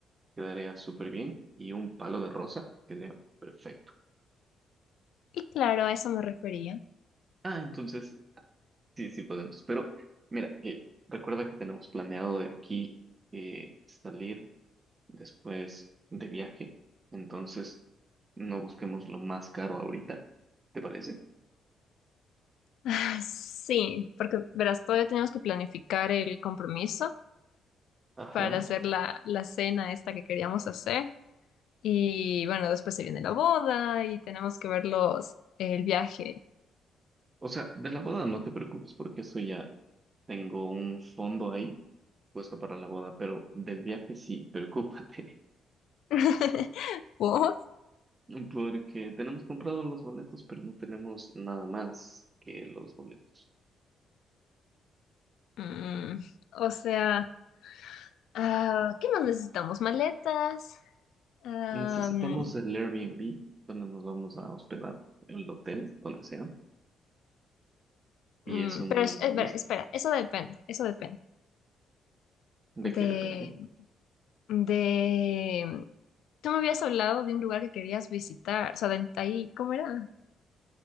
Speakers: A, on the right (about 30°); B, on the left (about 75°).
A: quedaría súper bien y un palo de rosa quedaría perfecto.
B: Y claro, a eso me refería.
A: Ah, entonces sí, sí podemos. Pero mira, eh, recuerda que tenemos planeado de aquí eh, salir después de viaje. Entonces no busquemos lo más caro ahorita. ¿Te parece?
B: Ah, Sí, porque verás, todavía tenemos que planificar el compromiso
A: Ajá.
B: para hacer la, la cena esta que queríamos hacer. Y bueno, después se viene la boda y tenemos que ver los, el viaje.
A: O sea, de la boda no te preocupes porque eso ya tengo un fondo ahí puesto para la boda, pero del viaje sí, preocúpate.
B: <laughs> ¿Por?
A: <laughs> Porque tenemos comprado los boletos, pero no tenemos nada más que los boletos.
B: Mm, o sea, ah, ¿qué más necesitamos? Maletas. Am,
A: Necesitamos el Airbnb donde nos vamos a hospedar, el hotel, donde sea,
B: mm,
A: y eso
B: mm,
A: no
B: pero
A: lo
B: es-
A: hemos
B: es
A: visto.
B: ver, espera, eso depende, eso depende
A: ¿De
B: de,
A: qué depende?
B: de... Tú me habías hablado de un lugar que querías visitar, o sea, de ahí, ¿cómo era?